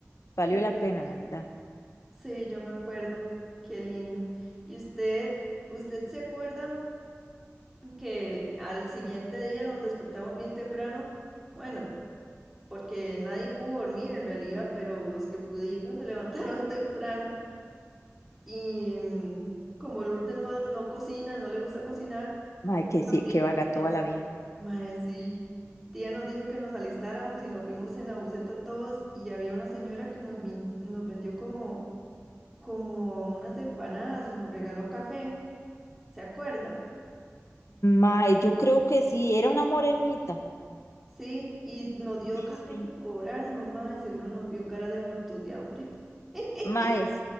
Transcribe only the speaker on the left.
valió
la pena, la verdad.
Mae, que
sí,
que vaga
toda la vida.
Mae, yo creo que sí, era una morenita.
Sí,
sí.
Mae,